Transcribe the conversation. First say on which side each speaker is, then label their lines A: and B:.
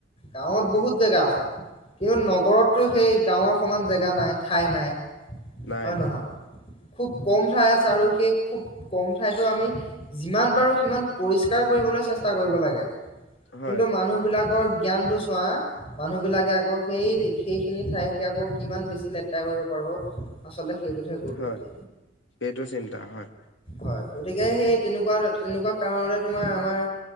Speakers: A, on the left; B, on the left.
A: গাঁৱত বহুত জেগা আছে। কিন্তু নগৰততো সেই গাঁৱৰ সমান জেগা নাই ঠাই নাই
B: নাই
A: হয়
B: নাই
A: নহয়। খুব ক'ম ঠাই আছে আৰু সেই খুব ক'ম ঠাইটো আমি যিমান পাৰো সিমান পৰিষ্কাৰ কৰিবলৈ চেষ্টা কৰিব লাগে
B: হয়
A: কিন্তু মা মানুহ বিলাকৰ জ্ঞানটো চোৱা, মানুহ বিলাকে আকৌ সেই সেইখিনি ঠাইকে আকৌ কিমান বেছি লেতেৰা কৰিব পাৰো আচলতে সেইটোতহে গুৰুত্ব
B: হয়
A: দিয়ে
B: সেইটো চিন্তা হয়।
A: হয় গতিকে সেই তেনেকুৱা তেনেকুৱা কাৰণতে তোমাৰ আমাৰ